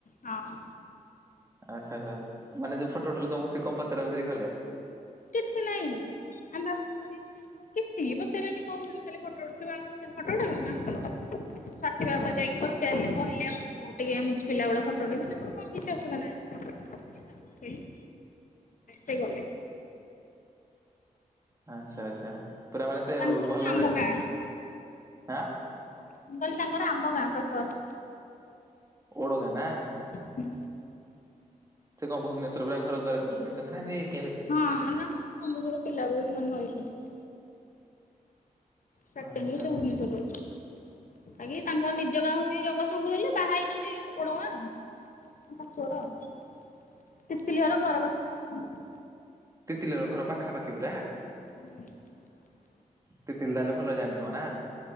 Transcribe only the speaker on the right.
ଆଛା! ଆଚ୍ଛା! ମାନେ ଯୋଉ ଫଟୋ ଉଠେଇଲେ ତମକୁ ସେ କଣ ପଚରା ପଚରି କଲେ।
ଆଚ୍ଛା! ଆଚ୍ଛା! ପୁରା ମାନେ ତ
ଭଲରେ
ଆଁ
ଓଡ ଗାଁ ନା।
ସେ କଣ ଭୁବନେଶ୍ୱର ପୁରା ଘର ଦ୍ୱାର କରି ରହିଛନ୍ତି ନା ରେ
ଆଚ୍ଛା
ଆଚ୍ଛା
ତିତିଲି ହର ଘର ପାଖାପାଖି ପୁରା।
ତି ତିଲି ତାହେଲେ ଭଲ ଜାଣିଥିବ ନା